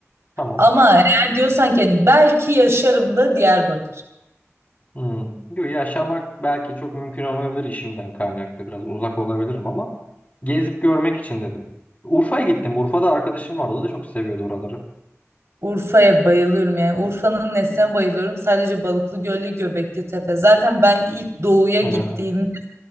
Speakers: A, on the left; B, on the right.
A: tamam.
B: Ama eğer diyorsan ki hani belki yaşarım da Diyarbakır.
A: Hmm. Diyor, yaşamak belki çok mümkün olmayabilir işimden kaynaklı biraz uzak olabilirim ama gezip görmek için dedim. Urfa'ya gittim. Urfa'da arkadaşım vardı. O da çok seviyordu oraları.
B: Urfa'ya bayılıyorum yani Urfa'nın nesine bayılıyorum. Sadece Balıklı Göl'le Göbekli Tepe. Zaten ben ilk doğuya
A: Ee,
B: gittiğim